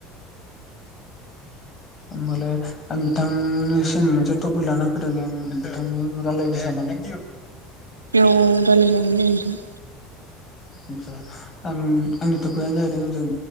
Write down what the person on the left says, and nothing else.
होमबालाय आं बिथांनिसिम मोनसे टपिक लाना फैदों आं बिथांजों रायलायनो साननानै।
आदसा आं आंनि थपिकआनो जाहैदों जों